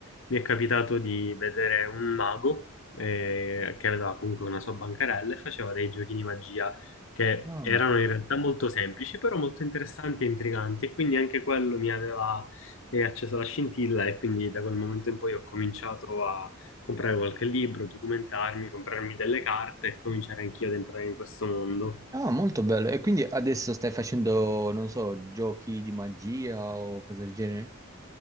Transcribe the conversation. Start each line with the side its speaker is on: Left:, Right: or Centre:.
Left: mi è capitato di vedere un mago eh, che aveva comunque una sua bancarella e faceva dei giochi di magia che
Right: Ah.
Left: erano in realtà molto semplici, però molto interessanti e intriganti, e quindi anche quello mi aveva eh, acceso la scintilla e quindi da quel momento in poi ho cominciato a comprare qualche libro, documentarmi, comprarmi delle carte e cominciare anch'io ad entrare in questo mondo.
Right: Ah, molto bello. E quindi adesso stai facendo, non so, giochi di magia o cose del genere?